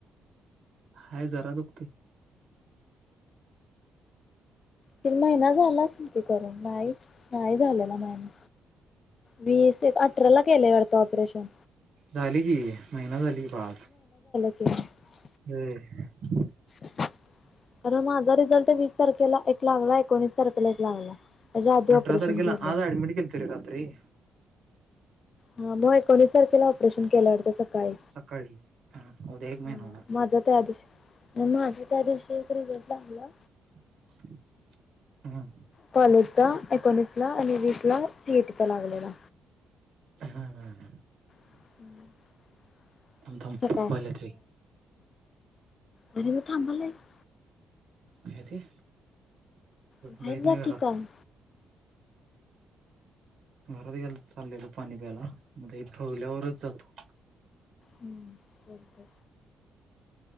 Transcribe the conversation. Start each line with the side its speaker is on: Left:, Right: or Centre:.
Right: हाय जरा दुखतय.
Left: ते महिना झाला असल की करून? नाही - नाही झाले ना महिना. वीस येक अठरा ला केलय वाटतं ऑपरेशन.
Right: झाले की, महिना झाल की बा आज.
Left: <unintelligible>
Right: हम् <unintelligible>
Left: <unintelligible> तर माझा रिझल्ट वीस तारखेला एक लागला. एकोणीस तारखेला एक लागला त्याच्या आधी ऑपरेशन
Right: अठरा तारखेला,
Left: केलंय
Right: आज ऍडमिट केलतं रे रात्री.
Left: ह मग एकोणीस तारखेला ऑपरेशन केलं वाटतं. सका काळी,
Right: सकाळी हा उद्या एक महिना
Left: हा
Right: होणार
Left: माझं त्या दिवशी, मग माझं त्या दिवशी एक रिझल्ट लागला.
Right: <unintelligible> हा.
Left: कॉलेजचा एकोणीसला आणि वीसला सी. ई. टीचा लागलेला.
Right: हा. हा. हा.
Left: <unintelligible>
Right: थांब, थांब
Left: सकाळ
Right: पप्पा आल्याती.
Left: तरीे बी थांबलायस.
Right: काय ते.
Left: भाईर
Right: जाईत नाही
Left: जा
Right: घरात
Left: की पण.
Right: घरात गेल तर चाललेलो पाणी प्यायला. आता हे ठेवल्यावरच जातो.
Left: हम्म चालतंय.